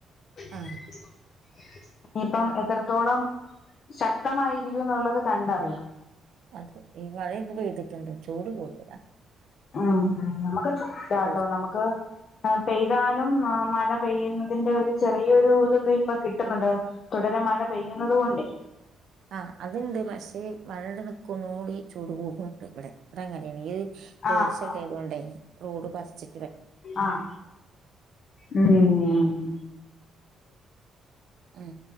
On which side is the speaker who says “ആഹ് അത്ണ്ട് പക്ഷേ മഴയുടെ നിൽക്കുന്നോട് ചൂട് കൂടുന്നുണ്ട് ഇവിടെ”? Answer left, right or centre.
Right